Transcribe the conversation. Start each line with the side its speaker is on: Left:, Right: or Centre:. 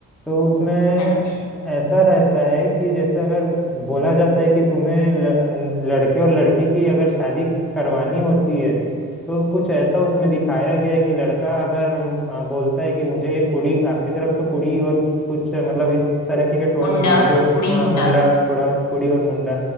Centre: तो उसमें
Left: अच्छा
Centre: ऐसा रहता है कि जैसे अगर बोला जाता है कि तुम्हें ल- लड़के और लड़की की अगर शादी करवानी होती है तो कुछ ऐसा उसमें दिखाया गया है कि लड़का अगर अ, बोलता है कि मुझे ये कुड़ी आपके तरफ तो कुड़ी और कुछ मतलब इस तरह के, के टोन
Left: मुंडा
Centre: में बोलते हो
Left: कुड़ी
Centre: हाँ
Left: मुंडा
Centre: मुंडा कुड़ा कुड़ी और मुंडा